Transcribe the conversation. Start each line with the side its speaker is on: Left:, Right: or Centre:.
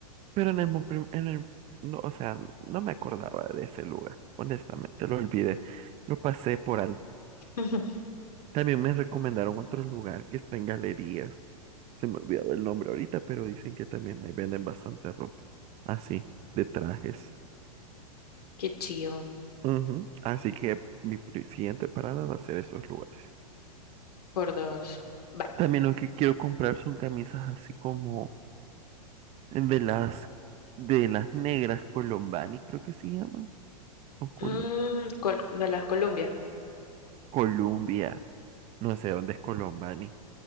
Right: Pero en el, mo- prim- en el, no, o sea, no me acordaba de ese lugar, honestamente, lo olvidé, lo pasé por alto.
Left: <laughs>
Right: También me recomendaron otro lugar que está en galerías, se me olvidó el nombre ahorita, pero dicen que también ahí venden bastante ropa, así, de trajes.
Left: Qué chido.
Right: Ujú, Así que mi pri- siguiente parada va a ser esos lugares.
Left: Por dos. Vale.
Right: También lo que quiero comprar son camisas así como de las de las negras Colombani, creo que se llaman, o Col-
Left: Mm, Col- de las Columbia.
Right: Columbia, no sé dónde es Colombani.